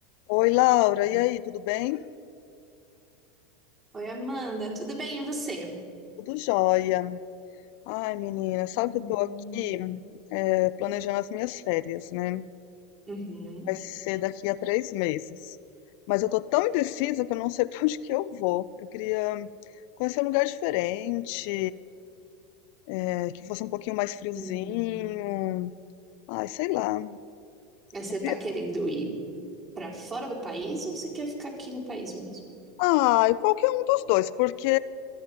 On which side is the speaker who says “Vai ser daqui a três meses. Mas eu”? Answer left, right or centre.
Left